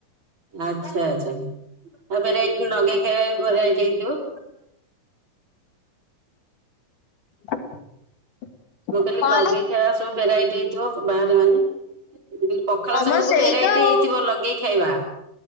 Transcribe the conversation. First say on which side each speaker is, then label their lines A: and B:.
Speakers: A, on the right; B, on the left.
A: ଆଚ୍ଛା ଆଛା ଆଉ ଫେର ଏଠି ନଗେଇ ଖିଆଟା ବି ବଡିଆ ଏଇଠି ହେଇଥିବ।
B: <unintelligible>
A: ମୁଁ କହିଲି
B: କଣ
A: ନଗେଇ
B: ହେଲା
A: ଖାଇବା ସବୁ ଭେରାଇଟି ହେଇଥିବ ବାହାରେ ମାନେ। ମୁଁ କହିଲି ପଖାଳ
B: ଆମର
A: ସାଙ୍ଗକୁ
B: ସେଇତ
A: ଭେରାଇଟି
B: ଆଉ
A: ହେଇଥିବ ଲଗେଇ ଖାଇବା।